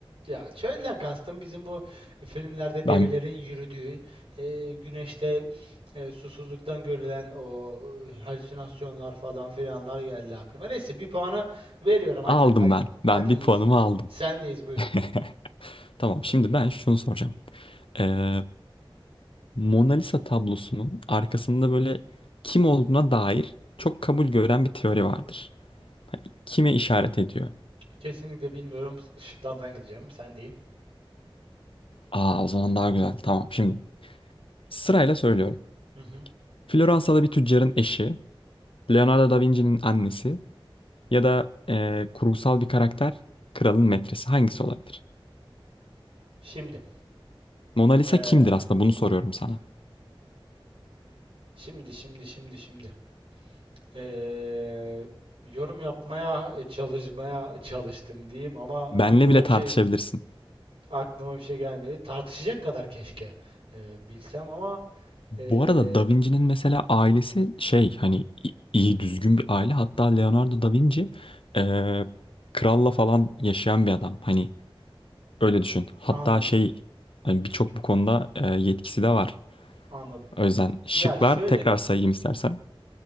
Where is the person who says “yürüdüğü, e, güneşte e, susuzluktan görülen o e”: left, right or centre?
Right